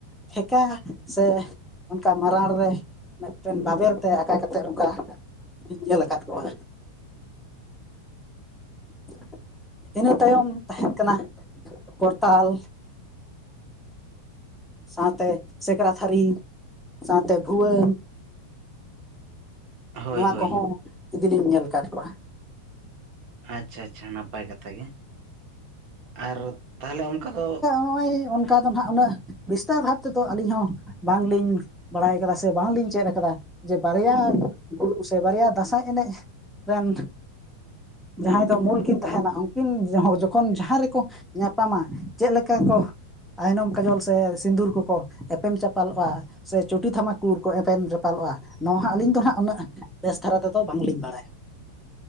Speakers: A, in the centre; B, on the right (about 40°).
A: ᱴᱷᱮᱠᱟ ᱥᱮ ᱚᱱᱠᱟ <unintelligible> ᱨᱮ᱾ ᱢᱤᱫᱴᱮᱱ ᱵᱟᱵᱮᱨ ᱛᱮ ᱟᱠᱟ ᱠᱟᱛᱮᱫ ᱚᱱᱠᱟ ᱤᱧ ᱧᱮᱞ ᱟᱠᱟᱫ ᱠᱚᱣᱟ᱾ <inaudible> ᱤᱱᱟᱹ ᱛᱟᱭᱚᱢ ᱛᱟᱦᱮᱱ ᱠᱟᱱᱟ ᱠᱚᱨᱛᱟᱞ ᱥᱟᱶ ᱛᱮ ᱥᱮᱠᱨᱟ ᱛᱷᱟᱹᱨᱤ ᱥᱟᱶ ᱛᱮ ᱵᱷᱩᱣᱟᱹᱝ
B: ᱦᱳᱭ
A: ᱱᱚᱣᱟ
B: ᱦᱳᱭ
A: ᱠᱚ ᱦᱚᱸ ᱤᱫᱤ ᱞᱤᱧ ᱧᱮᱞ ᱟᱠᱟᱫ ᱠᱩᱣᱟ᱾
B: ᱟᱪᱪᱷᱟ ᱟᱪᱪᱷᱟ ᱱᱟᱯᱟᱭ ᱠᱟᱛᱷᱟ ᱜᱮ ᱟᱨ ᱛᱟᱦᱚᱞᱮ ᱚᱱᱠᱟ ᱫᱚ
A: ᱱᱚᱜ-ᱚᱭ ᱚᱱᱠᱟ ᱫᱚ ᱱᱟᱦᱟᱜ ᱩᱱᱟᱹᱜ ᱵᱤᱥᱛᱟᱨ ᱵᱷᱟᱵ ᱛᱮ ᱫᱚ ᱟᱹᱞᱤᱧ ᱦᱚᱸ ᱵᱟᱝᱞᱤᱧ ᱵᱟᱲᱟᱭ ᱠᱟᱫᱟ ᱥᱮ ᱵᱟᱝᱞᱤᱧ ᱪᱮᱫ ᱠᱟᱫᱟ ᱡᱮ ᱵᱟᱨᱭᱟ ᱥᱮ ᱵᱟᱨᱭᱟ ᱫᱟᱸᱥᱟᱭ ᱮᱱᱮᱡ ᱨᱮᱱ ᱡᱟᱦᱟᱸᱭ ᱫᱚ ᱢᱩᱞ ᱠᱤᱱ ᱛᱟᱦᱮᱱᱟ ᱩᱱᱠᱤᱱ ᱠᱷᱚᱱ ᱡᱟᱦᱟᱸ ᱨᱮ ᱠᱚ ᱧᱟᱯᱟᱢᱟ ᱪᱮᱫ ᱞᱮᱠᱟ ᱠᱚ ᱟᱭᱱᱚᱢ ᱠᱟᱡᱚᱞ ᱥᱮ ᱥᱤᱸᱫᱩᱨ ᱠᱚ ᱠᱚ ᱮᱯᱮᱢ ᱪᱟᱯᱟᱞᱚᱜ-ᱟ᱾ ᱥᱮ ᱪᱩᱴᱤ ᱛᱷᱟᱢᱟᱠᱩᱲ ᱠᱚ ᱮᱯᱮᱢ ᱪᱟᱯᱟᱞᱚᱜ-ᱟ ᱱᱚᱣᱟ ᱦᱟᱸᱜ ᱟᱹᱞᱤᱧ ᱫᱚ ᱦᱟᱸᱜ ᱩᱱᱟᱹᱜ ᱵᱮᱥ ᱫᱷᱟᱨᱟ ᱛᱮ ᱫᱚ ᱵᱟᱝᱞᱤᱧ ᱵᱟᱲᱟᱭᱟ᱾